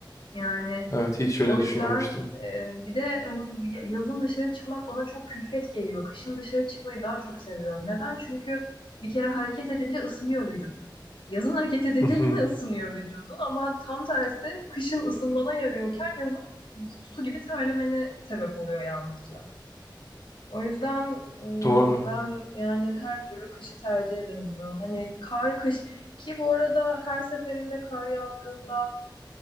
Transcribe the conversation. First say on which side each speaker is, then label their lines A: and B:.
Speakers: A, on the left; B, on the left.
A: Yani
B: Evet hiç öyle
A: o yüzden
B: düşünmemiştim.
A: e, bir de hani ya- yazın dışarı çıkmak bana çok külfet geliyor. Kışın dışarı çıkmayı daha çok seviyorum. Neden? Çünkü bir kere hareket edince ısınıyor vücut. Yazın hareket edince
B: <laughs>
A: yine ısınıyor vücudun ama tam tersi kışın ısınmana yarıyorken yazın su gibi terlemeni sebep oluyor yalnızca. O yüzden m,
B: Doğru.
A: ben yani her türlü kışı tercih ederim ya. Hani kar kış ki bu arada her seferinde kar yağdığında